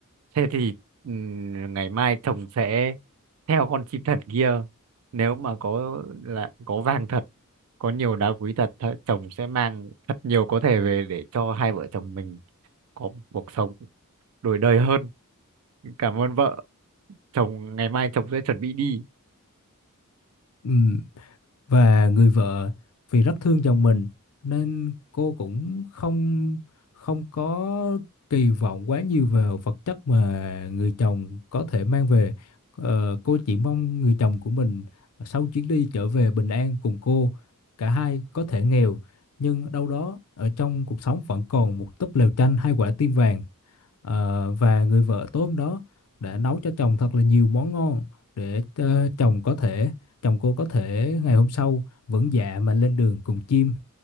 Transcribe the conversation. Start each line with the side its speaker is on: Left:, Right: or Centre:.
Right: thế thì ừm, ngày mai chồng sẽ theo con chim thật kia nếu mà có là có vàng thật có nhiều đá quý thật th- chồng sẽ mang thật nhiều có thể về để cho hai vợ chồng mình có một cuộc sống đổi đời hơn cảm ơn vợ chồng ngày mai chồng sẽ chuẩn bị đi
Left: Ừm, Và người vợ vì rất thương chồng mình nên cô cũng không không có kỳ vọng quá nhiều vào vật chất mà người chồng có thể mang về. Ờ, cô chỉ mong người chồng của mình sau chuyến đi trở về bình an cùng cô. Cả hai có thể nghèo nhưng đâu đó ở trong cuộc sống vẫn còn một túp lều tranh hai quả tim vàng. Ờ, và người vợ tối hôm đó đã nấu cho chồng thật là nhiều món ngon để ờ, chồng có thể chồng cô có thể ngày hôm sau vẫn dạ mà lên đường cùng chim.